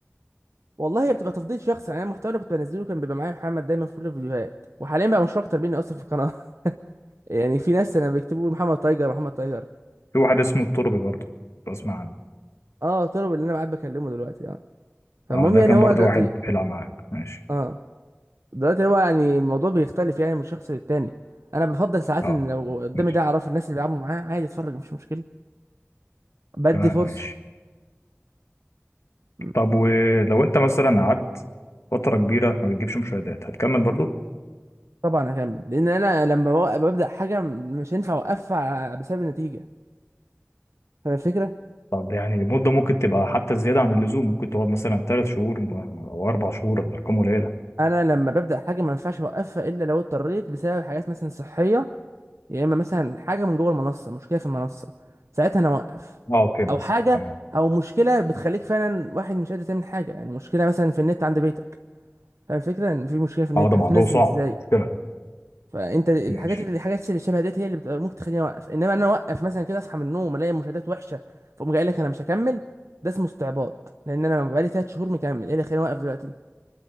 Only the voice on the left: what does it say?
في واحد اسمه التربي برضه لو اسمع عنه
اه ده
كان
برضه
واحد بيلعب معاك ماشي
اه
ماشي
تمام
ماشي
طب ولو انت مثلا قعدت فترة كبيرة ما بتجيبش مشاهدات هتكمل برضه
طب يعني المدة ممكن تبقى حتى زيادة عن اللزوم ممكن تقعد مثلا ثلاث شهور أو أربع شهور الأرقام قليلة
اه فهمت
تمام
اه ده
موضوع صعب
مشكلة
ماشي